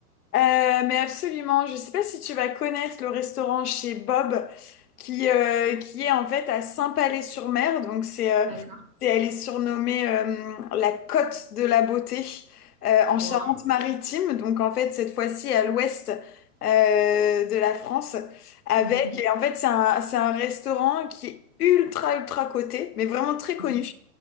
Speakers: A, on the left (about 75°); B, on the right (about 15°).
A: Euh, mais absolument, je ne sais pas si tu vas connaître le restaurant chez Bob qui, euh, qui est en fait à Saint-Palais-sur-Mer. Donc c'est, euh,
B: D'accord.
A: c'est- elle est surnommée euh, la Côte de la Beauté euh, en Charente-Maritime.
B: Waouh.
A: Donc en fait cette fois-ci à l'ouest euh, de la France avec
B: Mhm.
A: et en fait c'est un, c'est un restaurant qui est ultra ultra coté mais vraiment très connu
B: Mhm.